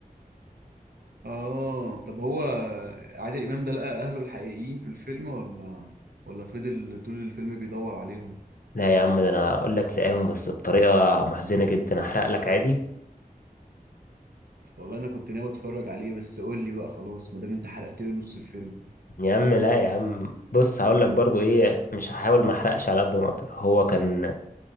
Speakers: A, on the right; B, on the left.
A: اه طب هو عادل امام ده لقى اهله الحقيقيين في الفيلم ولا ولا فضل طول الفيلم بيدور عليهم
B: لا يا عم ده انا اقول لك لقاهم بس بطريقة محزنة جدا احرق لك عادي
A: والله انا كنت ناوي اتفرج عليه بس قول لي بقى خلاص ما دام انت حرقت لي نص الفيلم
B: يا عم لا يا عم بص هقول لك برضو ايه مش هحاول ما احرقش على قد ما اقدر هو كان